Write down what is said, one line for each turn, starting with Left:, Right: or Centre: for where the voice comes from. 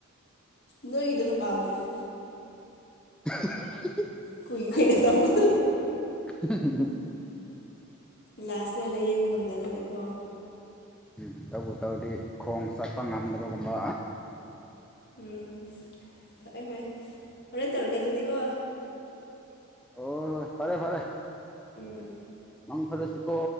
Left: ꯅꯣꯏꯒꯤꯗꯨꯅ ꯄꯥꯝ ꯗꯦꯗ
Centre: <unintelligible>
Left: ꯀꯨꯏ ꯈꯣꯏꯅ ꯇꯧꯕꯗꯣ
Centre: <unintelligible>
Left: ꯂꯥꯁꯗ ꯂꯥꯏꯌꯦꯡꯕ ꯉꯝꯗꯅꯅꯀꯣ
Centre: ꯎꯝ ꯇꯧꯕꯨ ꯇꯧꯔꯗꯤ ꯈꯣꯡ ꯆꯠꯄ ꯉꯝꯗꯕꯒꯨꯝꯕ
Left: ꯎꯝ ꯐꯔꯦ ꯐꯔꯦ ꯍꯣꯔꯦꯟ ꯇꯧꯔꯛꯀꯦ ꯑꯗꯨꯗꯤ ꯀꯣ
Centre: ꯑꯣ ꯍꯣꯏ ꯐꯔꯦ ꯐꯔꯦ
Left: ꯎꯝ ꯎꯝ
Centre: ꯃꯪ ꯐꯔ ꯀꯣ